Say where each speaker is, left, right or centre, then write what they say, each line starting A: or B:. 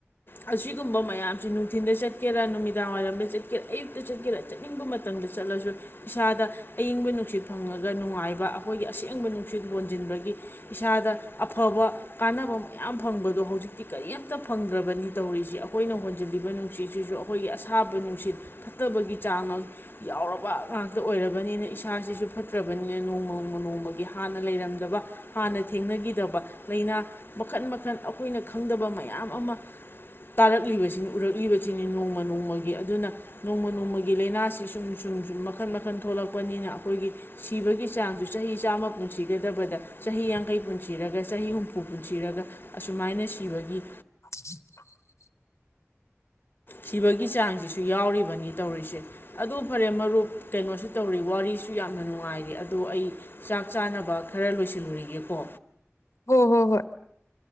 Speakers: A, on the left; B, on the left.
A: ꯑꯁꯤꯒꯨꯝꯕ ꯃꯌꯥꯝꯁꯤ ꯇꯊꯤꯟꯗ ꯆꯠꯀꯦꯥ ꯅꯨꯃꯤꯗꯥꯡꯋꯥꯏꯔꯝꯗ ꯆꯠꯀꯦꯔꯥ ꯑꯌꯨꯛꯇ ꯆꯠꯀꯦꯔ ꯆꯠꯅꯤꯡꯕ ꯃꯇꯝꯗ ꯆꯠꯂꯁꯨ ꯏꯁꯥꯗ ꯑꯏꯪꯕ ꯅꯨꯡꯁꯤꯠ ꯐꯪꯉꯒ ꯅꯨꯡꯉꯥꯏꯕ ꯑꯩꯈꯣꯏꯒꯤ ꯑꯁꯦꯡꯕ ꯅꯨꯡꯁꯤꯠ ꯍꯣꯟ ꯊꯖꯤꯟꯕꯒꯤ ꯏꯁꯥꯗ ꯑꯐꯕ ꯀꯥꯟꯅꯕ ꯃꯌꯥꯝ ꯐꯪꯕꯗꯣ ꯍꯧꯖꯤꯛꯇꯤ ꯀꯔꯤꯝꯇ ꯐꯪꯗ꯭ꯔꯕꯅꯤ ꯇꯧꯔꯤꯁꯤ ꯑꯩꯈꯣꯏꯅ ꯍꯣꯟꯖꯤꯜꯂꯤꯕ ꯅꯨꯡꯁꯤꯠꯁꯤꯁꯨ ꯑꯩꯈꯣꯏꯒꯤ ꯑꯁꯥꯕ ꯅꯨꯡꯁꯤꯠ ꯐꯠꯇꯕꯒꯤ ꯆꯥꯡ ꯌꯥꯎꯔꯕ ꯉꯥꯛꯇ ꯑꯣꯏꯔꯕꯅꯤꯅ ꯏꯁꯥꯁꯤꯁꯨ ꯐꯠꯇ꯭ꯔꯕꯅꯤꯅ ꯅꯣꯡꯃ ꯅꯣꯡꯃ ꯅꯣꯡꯃꯒꯤ ꯍꯥꯟꯅ ꯂꯩꯔꯝꯃꯦ ꯍꯥꯟꯅ ꯊꯦꯡꯅꯈꯤꯗꯕ ꯂꯥꯏꯅꯥ ꯃꯈꯜ ꯃꯈꯟ ꯑꯩꯈꯣꯏꯅ ꯈꯪꯗꯕ ꯃꯌꯥꯝ ꯃꯌꯥꯝ ꯑꯃ ꯇꯥꯔꯛꯂꯤꯕꯁꯤꯡ ꯎꯔꯛꯂꯤꯕ ꯁꯤꯅꯤ ꯅꯣꯡꯃ ꯅꯣꯡꯃꯒꯤ ꯑꯗꯨꯅ ꯅꯣꯡꯃ ꯅꯣꯡꯃꯒꯤ ꯂꯥꯏꯅꯥꯁꯤ ꯁꯨꯝ ꯁꯨꯝ ꯁꯨꯝ ꯃꯈꯟ ꯃꯈꯜ ꯃꯈꯟ ꯊꯣꯛꯂꯛꯄꯅꯤꯅ ꯑꯩꯈꯣꯏꯒꯤ ꯁꯤꯕꯒꯤ ꯆꯥꯡꯁꯨ ꯆꯍꯤ ꯆꯥꯝꯃ ꯄꯨꯟꯁꯤꯒꯗꯕ ꯆꯍꯤ ꯌꯥꯡꯈꯩ ꯄꯨꯟꯁꯤꯔꯒ ꯆꯍꯤ ꯍꯨꯝꯐꯨ ꯄꯨꯟꯁꯤꯔꯒ ꯑꯁꯨꯃꯥꯏꯅ ꯁꯤꯕꯒꯤ
B: <unintelligible>
A: ꯁꯤꯕꯒꯤ ꯆꯥꯡ ꯁꯤꯁꯨ ꯌꯥꯎꯔꯤꯕꯅꯤ ꯇꯧꯔꯤꯁꯦ ꯑꯗꯨ ꯐꯔꯦ ꯃꯔꯨꯞ ꯀꯩꯅꯣꯁꯨ ꯇꯧꯔꯤ ꯋꯥꯔꯤꯁꯨ ꯌꯥꯝꯅ ꯅꯨꯡꯉꯥꯏꯔꯤ ꯑꯗꯣ ꯑꯩ ꯆꯥꯛ ꯆꯥꯅꯕ ꯈꯔ ꯂꯣꯏꯁꯤꯜꯂꯨꯔꯤꯒꯦꯀꯣ
B: ꯍꯣꯏ ꯍꯣ ꯍꯣꯏ